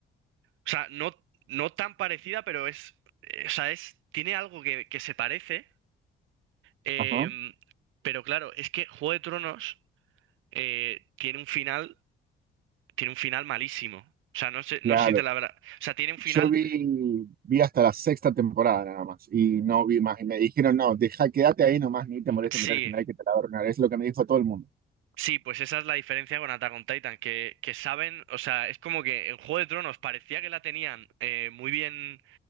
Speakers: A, on the right; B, on the right.
A: O sea, no, no tan parecida, pero es, eh, o sea, es, tiene algo que, que se parece, em,
B: ajá,
A: pero claro, es que Juego de Tronos eh, tiene un final, tiene un final malísimo. O sea, no sé, no
B: claro.
A: sé si te la habrá, o sea, tiene un final,
B: Yo vi, vi hasta la sexta temporada nada más y no vi más. Y me dijeron, no, deja, quédate ahí nomás, ni te molestes
A: sí,
B: mirar el final que te la va a arruinar. Es lo que me dijo todo el mundo.
A: Sí, pues esa es la diferencia con Attack on Titan, que, que saben, o sea, es como que en Juego de Tronos parecía que la tenían eh, muy bien,